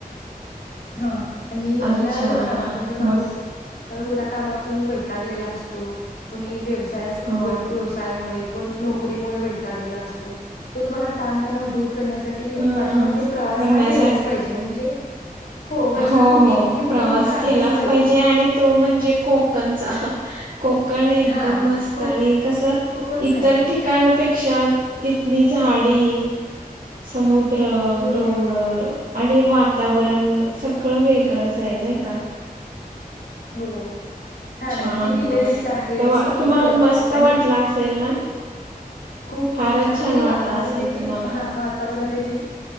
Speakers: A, on the left; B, on the right.
A: हा आणि
B: अच्छा
A: आपल्या रोजच्या कामात म्हणजे माणूस
B: मग
A: रोज कामातून वैतागलेला असतो कोणी व्यवसाया
B: हो
A: व्यवसायामुळे कोणी नोकरीमुळे होय. वैतागलेला असतो तो थोडा ताण तणाव दूर करण्यासाठी
B: हा
A: माझ्यामते प्रवास
B: करण्यासाठी
A: हा केलाच पाहिजे म्हणजे वर्षातून
B: हो हो
A: एक ट्रिप
B: प्रवास
A: तरी काढलीच
B: केलाच पाहिजे आणि तो म्हणजे कोकणचा. कोकण एकदम
A: हा.
B: मस्त
A: को
B: आणि कसं
A: कोकण
B: इतर
A: साईड
B: ठिकाणपेक्षा तिथली झाडी समुद द्र
A: झुडपे
B: डोंगर
A: हो
B: आणि वातावरण सगळं वेगळंच हाय नाही का?
A: हो.
B: छान
A: आहे तिथे किल्ले
B: मस्त,
A: देखील आहेत समुद्र
B: तुम्हाला मस्त
A: आणि
B: वाटल असेल ना
A: खूप
B: फारच
A: खूप
B: छान
A: तिथे
B: वाटलं
A: वातावरण
B: असेल
A: देखील
B: तुम्हाला
A: हा वातावरण देखील